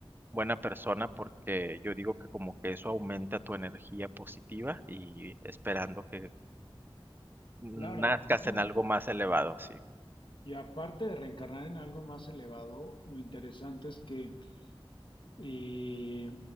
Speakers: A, on the right (about 20°); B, on the left (about 60°).
A: buena persona porque yo digo que como que eso aumenta tu energía positiva y esperando que mm,
B: Claro,
A: nazcas
B: como-
A: en algo más elevado, sí.
B: Y aparte de reencarnar en algo más elevado, lo interesante es que Eh,